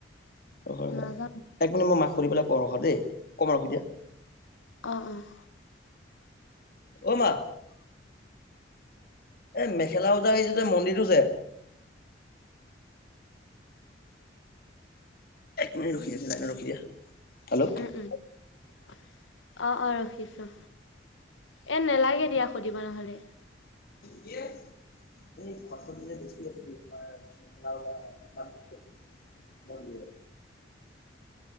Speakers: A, on the left; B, on the left.
A: অহ, হ' হ'
B: নাজানো
A: এক মিনিট মই মাক সুধি পেলাই কওঁ ৰখা দেই, অকমান ৰখি দিয়া।
B: অহ', অহ'।
A: অহ, মা! এ মেখেলা ওজাৰিটো যে মন্দিৰটো যে একমিনিট ৰখি দিয়াচোন, লাইনত ৰখি দিয়া। হেল্ল'
B: উম', উম'। অহ', অহ' ৰখিছো। এ নেলাগে দিয়া সুধিব নহ'লে।
A: কি? এই খট খটি যে বেছি আছে যে তোমাৰ। মেখেলা ওজোৱা নামটো কি আছিল?